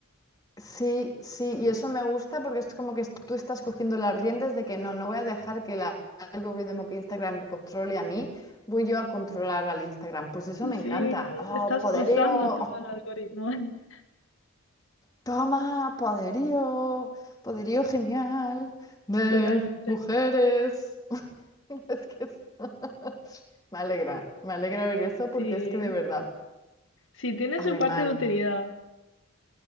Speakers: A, on the left (about 15°); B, on the left (about 60°).
A: sí, sí, y eso me gusta porque es como que es- tú estás cogiendo las riendas de que no, no voy a dejar que el algoritmo que Instagram me controle a mí, voy yo a controlar al Instagram. Pues eso me encanta.
B: Sí,
A: Oh,
B: estás
A: poderío.
B: usando tú el algoritmo. <laughs>
A: Toma, poderío, poderío genial de
B: Totalmente.
A: mujeres. <laughs> Es que es- <laughs> me alegra, me alegra oír eso porque
B: Sí,
A: es que de verdad,
B: sí, tiene
A: alemán.
B: su parte de utilidad.